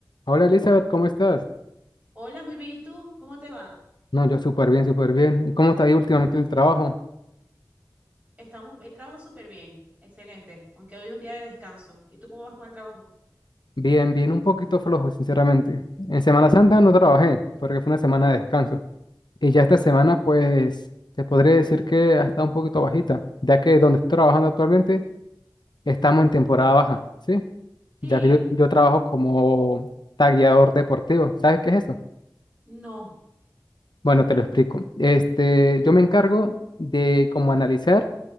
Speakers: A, on the left; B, on the right.
A: Hola Elizabeth, ¿cómo estás?
B: Hola, muy bien. ¿Y tú? ¿Cómo te va?
A: No, yo súper bien, súper bien. ¿Y cómo te ha ido últimamente en el trabajo?
B: Estamos, el trabajo súper bien. Excelente. Aunque hoy es un día de descanso. ¿Y tú cómo vas con el trabajo?
A: Bien, bien, un poquito flojo, sinceramente. En Semana Santa no trabajé porque fue una semana de descanso. Y ya esta semana, pues, te podría decir que ha estado un poquito bajita, ya que donde estoy trabajando actualmente estamos en temporada baja, ¿sí?
B: Sí,
A: Ya que yo, yo trabajo como tagueador deportivo. ¿Sabes qué es eso?
B: no,
A: Bueno, te lo explico. Este, yo me encargo de como analizar.